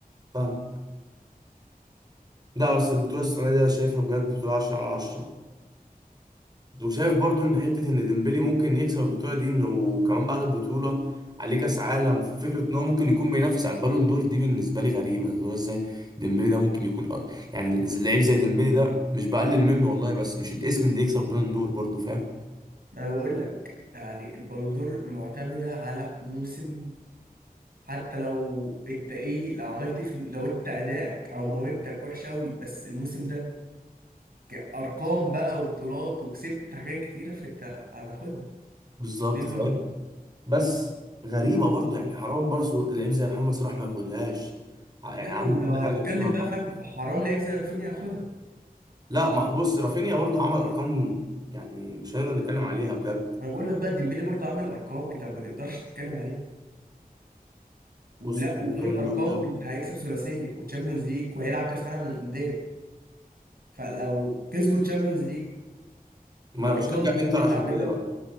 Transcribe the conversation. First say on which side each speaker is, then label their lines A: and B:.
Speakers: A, on the right (about 25°); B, on the right (about 75°).
A: فاهم لا بس البطوله السنه دي انا شايفها بجد بطوله 10 على 10 وشايف برضو ان حته ان ديمبلي ممكن يكسب البطوله دي انه كمان بعد البطوله عليه كاس عالم فكره ان هو ممكن يكون بينافس على البالون دور دي بالنسبه لي غريبه اللي هو ازاي ديمبلي ده ممكن يكون أ- يعني لعيب زي ديمبلي ده مش بقلل منه والله بس مش الاسم اللي يكسب بالون دور برضو فاهم
B: ما انا بقول لك يعني البالون دور معتمده على موسم حتى لو انت ايه لو عملت إيه في الم- لو انت ادائك او موهبتك وحش قوي بس الموسم ده كارقام بقى وبطولات وكسبت حاجات كتيره فانت هتاخدها
A: بالظبط
B: ليه البالون
A: فاهم
B: دور
A: بس غريبه برضو يعني حرام برضو لعيب زي محمد صلاح ما ياخدهاش ع- يعني
B: لا
A: عمل
B: ولو
A: كل
B: هتتكلم
A: حاجه بصراحه
B: بقى فاهم فحرام لعيب زي رافينيا ياخدها
A: لا ما بص رافينيا برضو عمل ارقام يعني مش هنقدر نتكلم عليها بجد
B: انا بقول لك بقى ديمبلي برضه عامل ارقام انت ما تقدرش تتكلم عليها ولا
A: بص حوار
B: وغير
A: البالون
B: الارقام
A: دور ده
B: انت هيكسب ثلاثيه وتشامبيونز ليج وهيلعب كاس عالم للانديه فلو كسبوا تشامبيونز ليج
A: ما
B: بارقام
A: أنا بشجع
B: ديمبلي
A: انتر
B: اللي
A: عشان
B: عاملها
A: كده بقى